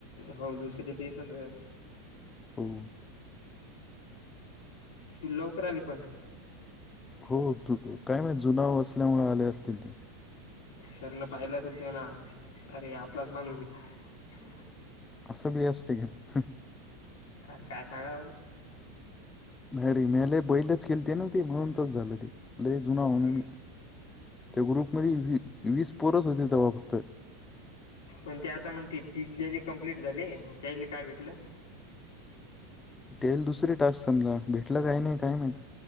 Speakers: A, on the left (about 90°); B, on the left (about 20°).
A: हो दुसरी ते येतच आहे.
B: हम्म.
A: तू लवकर आले पण.
B: हो काय माहित जुना असल्यामुळे आले असतील ते.
A: सरन पाहिलं असेल त्याला अरे आपलाच माणूस हाय.
B: असं बी असत काय हम.
A: आ काय सांगावं
B: नाही रे म्या लय बैलच केलते ना ते म्हणून तस झालं ते लय जुना म्हणून
A: हम्म
B: त्या ग्रुपमध्ये वी वीस पोरच होते तवा फक्त
A: पण ते आता मंग ते तीस ज्याचे कंप्लीट झाले त्यायले काय भेटलं.
B: तेल दुसरी टास्क समजा भेटलं काय नाही काय माहित